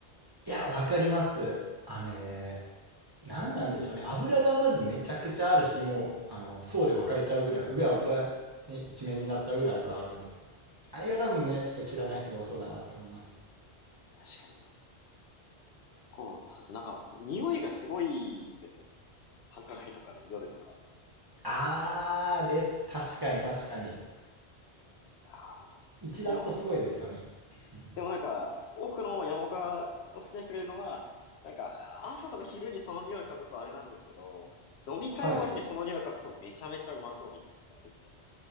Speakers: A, on the right (about 30°); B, on the left (about 75°).
A: や、わかります。あのね、何なんでしょうね油がまずめちゃくちゃあるしもうあの層で分かれちゃうぐらい上油、ね、一面になっちゃうぐらい油あるんですよあれが多分ねちょっと嫌いな人多そうだなって思います
B: ええ、確かに。こう、そうです。なんか、匂いがすごいんですよ。その繁華街とかで、夜とか。
A: あーです確かに確かに
B: いやーでも、
A: 一段とすごいですよね
B: でも、
A: うん
B: でもなんか、多くの山岡を好きな人がいるのは、なんか、朝とか昼にその匂い嗅ぐとあれなんですけど、
A: <laughs>
B: 飲み会終わりにその匂い嗅ぐとめちゃめちゃうまそうに感じて入っちゃう
A: はい。<laughs>